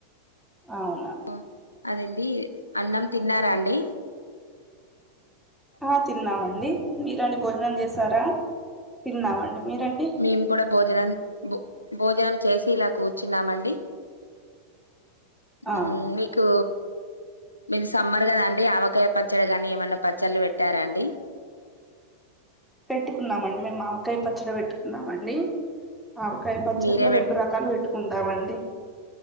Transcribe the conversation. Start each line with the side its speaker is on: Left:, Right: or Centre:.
Centre: అవ్
Left: ఓ అదండి అన్నం తిన్నారాండి
Centre: ఆ తిన్నామండి మీరండి భోజనం చేసారా తిన్నామండి మీరండి
Left: మేం కూడా భోజనం భో భోజనం చేసి ఇలా కూర్చున్నామండి
Centre: ఆ
Left: ఉమ్మ్ మీకు మీది సమ్మర్ కదాండి ఆవకాయ పచ్చడి గాని ఏమన్నా పచ్చళ్ళు పెట్టారాండి <unintelligible> <inaudible>
Centre: పెట్టుకున్నామండి మేము ఆవకాయ పచ్చడి పెట్టుకున్నామండి ఆవకాయ పచ్చడిలో
Left: మీరే పె
Centre: రెండు రకాలు పెట్టుకుంటామండి